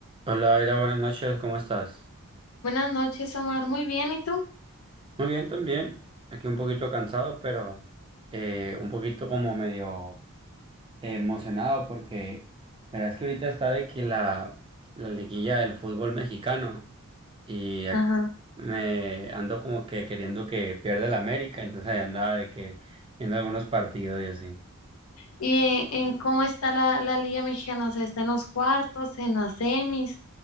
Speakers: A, on the right; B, on the left.
A: Hola, Era, buenas noches, ¿cómo estás?
B: Buenas noches, Omar. Muy bien, ¿y tú?
A: Muy bien, también. Aquí un poquito cansado, pero eh, un poquito como medio emocionado porque la verdad es que ahorita está de que la, la liguilla del fútbol mexicano y ac-
B: Ajá.
A: me ando como que queriendo que pierda el América, entonces ahí andaba de que viendo algunos partidos y así.
B: ¿Y en cómo está la, la Liga Mexicana? O sea, ¿está en los cuartos, en las semis